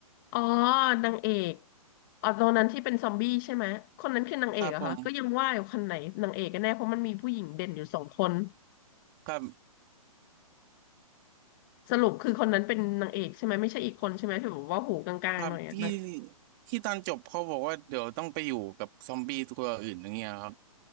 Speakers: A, on the left; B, on the right.
A: อ๋อนางเอกอ๋อตอนนั้นที่เป็นซอมบี้ใช่ไหมคนนั้นคือนางเอกเหรอะคะก็ยังว่าอยู่คนไหนนางเอกกันแน่เพราะมันมีผู้หญิงเด่นอยู่สองคน
B: ครับผม <laughs> ครับ
A: สรุปคือคนนั้นเป็นนางเอกใช่ไหมไม่ใช่อีกคนใช่ไหมที่แบบว่าหูกลางๆหน่อยอะนาง
B: ครับที่ที่ตอนจบเขาบอกว่าเดี๋ยวต้องไปอยู่กับซอมบี้ตัวอื่นอย่างเงี้ยครับ